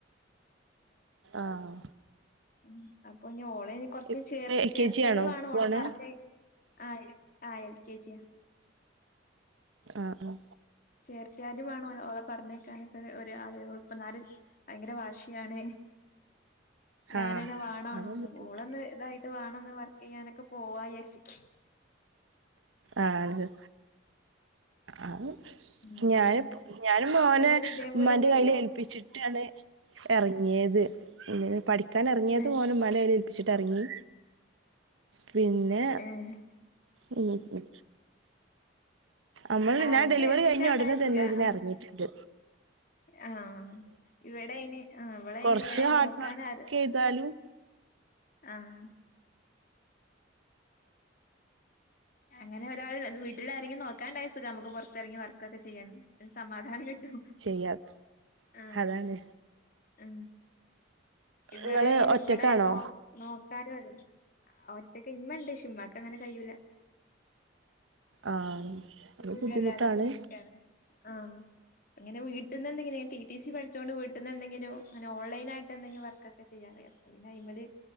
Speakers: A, on the right; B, on the left.
A: ആഹ്
B: ഉം അപ്പൊ ഇഞ്ഞ് ഓളെ കൊറച്ച്
A: ഇപ്പ
B: ചേർത്തി
A: എൽ
B: ചേർത്തിയാലും
A: കെ ജി ആണോ
B: വേണോ
A: പോണേ
B: ഓളെ പറഞ്ഞ ആഹ് ആഹ് എൽ ക്കേ ജി യാ
A: ആഹ് ആഹ്
B: ചേർത്തിയാലും വേണം ഒ ഓളെ പറഞ്ഞേക്കാനൊക്കൊ ഒര് ആള് ഇപ്പന്നാരെ ഭയങ്കര വാശിയാണ്‌ ഞാനെന്നേ
A: ആഹ്
B: വാണാണും
A: അതാ ബുദ്ധിമുട്ട്
B: ഓളോന്ന് ഇതായി ട്ട് വേണോന്ന് വർക്ക്യ്യാനൊക്കെ പോവാ വിചാരിച്ചിക്കേനി
A: ആഹ് ആഹ്
B: ഉം
A: ഞാന്പ്പോ
B: ഉം
A: ഞാനും മോനെ
B: എന്തെങ്കിലും ഇതേപോലെ
A: ഉമ്മാന്റെ
B: എന്തെങ്കിലും
A: കയ്യില് ഏൽപ്പിച്ചിട്ടാണ് എറങ്ങിയത് ഇങ്ങെനെ പഠിക്കാനെറങ്ങിയത്
B: ഏഹ്
A: ഓനെ ഉമ്മന്റെ കൈയിൽ ഏൽപ്പിച്ചിട്ട് എറങ്ങി പിന്നെ
B: ഏഹ്
A: മ്മ് മ്മ് അമ്മള്
B: ആരെങ്കിലും
A: ഞാൻ ഡെലിവറി
B: ഏൽപ്പിച്ചാണ്ടായ
A: കഴിഞ്ഞ ഒടനെ തന്നെ
B: സുഖാ
A: ഇതിനെറങ്ങിട്ട്ണ്ട്
B: ഉം ആഹ് ഇവിടെയിന് ആഹ് ഇവളെ അയിന്
A: കൊറച്ച്
B: ഇവളെ
A: ഹാർഡ്
B: നോക്കാനാരും
A: വർക്ക് ചെയ്താലും
B: ആഹ് അങ്ങനെ ഒരാള് വീട്ടിലാരെങ്കി നോക്കണ്ടായ സുഖാമ്മക്ക് പൊറത്തിങ്ങി വർക്കൊക്കെ ചെയ്യാൻ ഒര്സമാധാനം കി ട്ടു
A: ചെയ്യാം
B: ആ
A: അതാണ്
B: ആ ഇവിളെങ്ങിനെ
A: നിങ്ങള് ഒറ്റക്കാണോ
B: ഇവിടാരും നോ നോ നോക്കാനും ഒറ്റക്ക് ഇമ്മണ്ട് ഷേ ഇമ്മാക്കങ്ങനെ കയുല
A: ആണ് അത്
B: സുഖല്ലാതെ
A: ബുദ്ധിമുട്ടാണ്
B: ഉം ക്കെയാണ് ആ അങ്ങനെ വീട്ടിന്ന് എന്തെങ്കിം റ്റി റ്റി സി പഠി ചോണ്ട് വീട്ടിന്ന് എന്തെങ്കിലും അങ്ങനെ ഓൺലൈനായിട്ട് എന്തെങ്കി വർക്കെക്ക ചെയ്യാ അറിയാം അപ്പ പിന്നെ ആയിമേല്